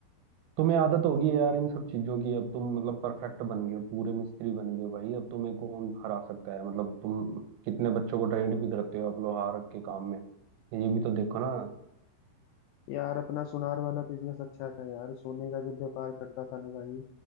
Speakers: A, on the right; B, on the left.
A: तुम्हें आदत होगी है यार इन सब चीजों की अब तुम मतलब परफेक्ट बन गए हो पूरे मिस्त्री बन गए हो भाई अब तुम्हें कौन हरा सकता है मतलब तुम कितने बच्चों को ट्रेंड भी करते हो आप लोहार के काम में ये भी तो देखो ना
B: यार अपना सुनार वाला बिजनेस अच्छा था यार सोने का जब व्यापार करता था ना भाई